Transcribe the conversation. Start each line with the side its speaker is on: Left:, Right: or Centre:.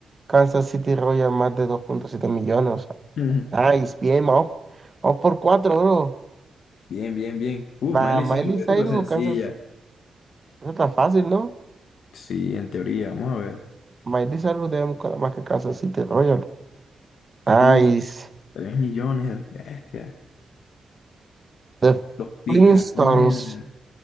Right: Kansas City Royals más de 2.7 millones. O
Left: <laughs>
Right: sea. Nice, bien, vamos, vamos por cuatro, bro.
Left: Bien, bien, bien. Uf,
Right: La
Left: Miley
Right: Miley
Left: Cyrus,
Right: Cyrus
Left: esta está sencilla.
Right: o Kansas, eso está fácil, ¿no?
Left: Sí, en teoría, vamos a ver.
Right: Miley Cyrus debe buscar más que Kansas City Royals. Nice.
Left: Uf, 3 millones, bestia.
Right: The
Left: Los Picapiedra.
Right: Flintstones,